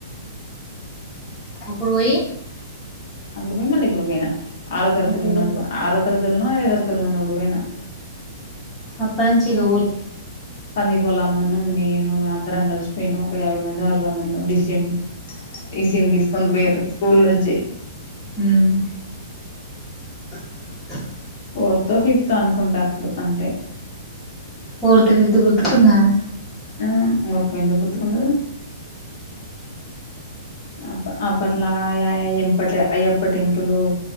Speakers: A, in the centre; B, on the left.
A: అప్పుడు పోయి
B: అప్పుడు పోయి మళ్ళీ ఇప్పుడు పోయిన. ఆరో తరతలున్నప్పుడు
A: అప్పుడు
B: ఆరో తరగతులనో ఐదో తరగతులనో ఉన్నప్పుడు పోయిన.
A: అప్పట్నుంచి ఇగ వోలే
B: సందీపోల్లమ్మును నేను అందరం కలిసి పోయినం, ఒక యాభై మంది అరవై మందో డిసెం ఈ సి ఎం తీసుకొని పోయిర్రూ, స్కూల్ నుంచి జ
A: ఉమ్ ఆ
B: ఫోర్తో ఫిఫ్తో అనుకుంటా అప్పుడు అంతే.
A: ఫోర్త్ ఫిఫ్త్ గుర్తుకుందానె
B: ఆ ఊర్కు ఎందుకు గుర్తుకుండదు. అ అపట్ల అయ్యప్ప అయ్యప్ప టెంపులు